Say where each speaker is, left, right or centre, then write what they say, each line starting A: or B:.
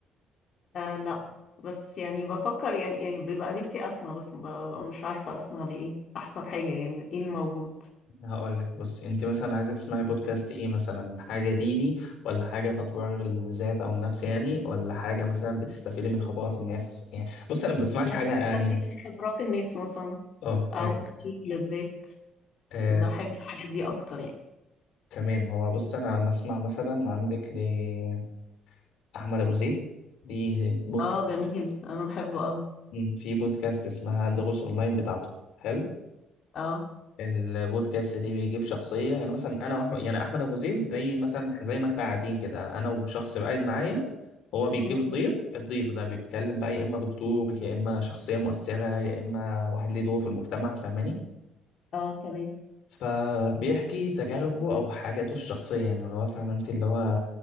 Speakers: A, on the left; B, on the left.
A: آه لا بس يعني بفكر يعني, يعني بيبقى نفسي اسمع بس ببقى مش عارفة اسمع لايه احسن حاجة يعني ايه اللي موجود
B: هقول لك بص أنت مثلا عايزة تسمعي بودكاست إيه مثلا حاجة ديني ولا حاجة تطوير الذات أو النفس يعني ولا حاجة مثلا بتستفيدي من خبرات الناس يعني بص أنا ما بسمعش
A: يعني
B: حاجة
A: بستفيد
B: يعني
A: من خبرات الناس مثلا
B: أه
A: او
B: آه،
A: تحقيق لذات
B: آه،
A: بحب الحاجات دي اكتر يعني
B: تمام هو بص انا بسمع مثلا عندك لاحمد ابو زيد دي بودكاست
A: اه جميل انا بحبه قوي
B: مم. في بودكاست اسمها دروس اونلاين بتاعته حلو
A: اه
B: البودكاست دي بيجيب شخصيه يعني مثلا انا واحمد يعني احمد ابو زيد زي مثلا زي ما احنا قاعدين كده انا وشخص قاعد معايا هو بيجيب
A: مم.
B: الضيف الضيف ده بيتكلم بقى يا اما دكتور يا اما شخصيه مؤثره يا اما واحد ليه دور في المجتمع فاهماني
A: اه تمام
B: فبيحكي تجاربه او حاجاته الشخصيه يعني اللي هو فاهم انت اللي هو